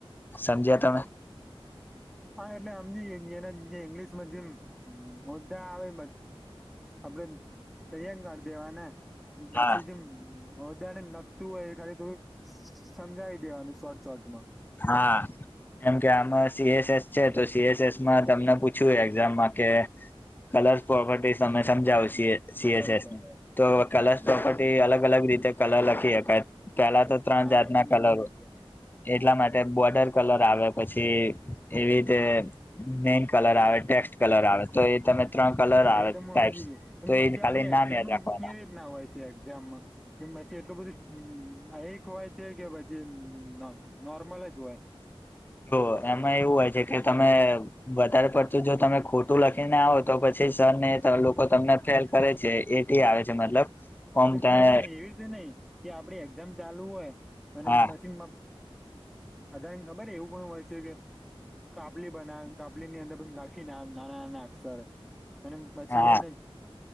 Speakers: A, on the left (about 20°); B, in the centre.
A: સમજ્યા તમે.
B: હા એટલે અમજી જેના. ઇંગ્લશ મધમદ્દા આવે. આપડ દૈ્ય કરઢ દેવાને પછી.
A: હા
B: અધા ને નખતું હોય એ ખાલી થોડું સમજાવી દેવાનું શોર્ટ શોર્ટ માં.
A: હા. એમ કે આમાં સીએસએસ છે તો સીએસએસમાં તમને પૂછ્યું એક્ઝામમાં કે. કલર્ પ્રોપર્ટી અમે સમજાવ છી. સીએસ
B: બરાબર
A: એસની તો કલશ પ્રોપર્ટી અલગ અલગ રીતે કલર લખી શકાય. પેલા તો ત્રણ
B: હા
A: જાતના
B: એ તો હું
A: કલર
B: સમજી
A: હોય.
B: ગયો
A: એટલા માટે બોર્ડર કલર આવે પછી એવી રીતે મેક. કલર આવે ટેક્સ્ટ કલર આવે તો એ તમે ત્રણ કલર
B: હા
A: આવે
B: એ તો
A: ટાઈપ્સ
B: હું સમજી ગયો
A: તો
B: અને
A: એ
B: પછી
A: ખાલી
B: આપડે એક્ઝામ
A: નામ યાદ રાખો.
B: કેવી જ ના હોય છે. ામમાં પછી એટલું બધુંવાય છે કે પછી. નોર્મલે જ હોય.
A: જો એમાં એવું હોય છે કે તમે વધારે પડતું જો તમે ખોટું લખીને આવો તો પછી. સર ને લોકો તમને ફેલ કરે છે એટી આવે છે મતલબ. ઓમ
B: એ
A: તમે
B: ખ્યાલ નઈ એવી રીતે નહી કે આપડી એક્ઝામ ચાલુ હોય અને
A: હા
B: મસીનમાં. અધાને ખબર એવું પણ હોય છે કે. કાપલી બના કાપલી ની અંદર બ રાખીને નાના નાના અક્ષરે. અને પછી
A: હા
B: એને